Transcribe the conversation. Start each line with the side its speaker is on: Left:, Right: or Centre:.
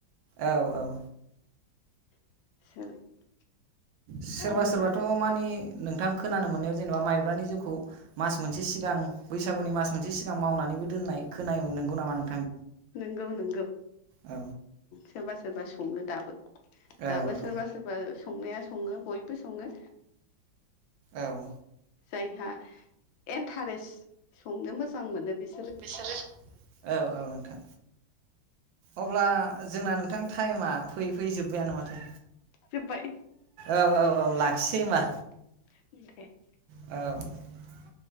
Right: औ औ।
Left: <unintelligible>
Right: सोरबा
Left: खम
Right: सोरबाथ'
Left: जालांबाय
Right: माने नोंथां खोनानो मोननायाव जेनेबा मायब्रानि जौउखौ मास मोनसे सिगां बैसागुनि मास मोनसे सिगां मावनानैबो दोननाय खोनायोमोन नोंगौ नामा नों
Left: नोंगौ नोंगौ
Right: औ
Left: सोरबा सोरबा सङो दाबो।
Right: औ
Left: दाबो सोरबा
Right: औ
Left: सोरबा संनाया सङो बयबो सङो।
Right: औ
Left: जायहा एन्टारेस संनो मोजां मोनो बि
Right: बिसोरो औ औ नोंथां। अब्ला जोंना नोंथां टायमा फैयै फैयै जोब्बायानो माथो।
Left: जोब्बाय।
Right: औ औ औ लाखिसै ओमबा।
Left: <unintelligible>
Right: औ।